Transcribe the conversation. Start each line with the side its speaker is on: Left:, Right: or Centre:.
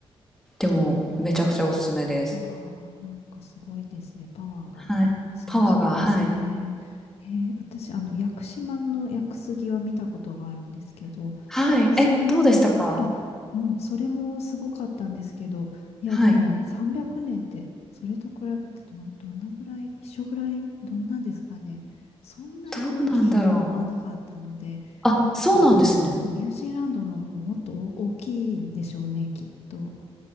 Centre: でもめちゃくちゃおすすめです。
Left: ああ、なんかすごいですね。パワーがすごそうですね。
Centre: はい。パワーが、はい。
Left: へえ、私、あの、屋久島の屋久杉は見たことがあるんですけど、
Centre: はい。
Left: そんなの、
Centre: え、どうでしたか
Left: あ、うん、それもすごかったんですけど、いや、
Centre: はい。
Left: でも300年って、それと比べてどん、どんなぐらい、一緒ぐらい、どんなんですかね。そんなに大きいとは思わなかったので、
Centre: どうなんだろう。あ、
Left: なんか、
Centre: そうなんですね。
Left: ニュージーランドのもっと大きいんでしょうね、きっと。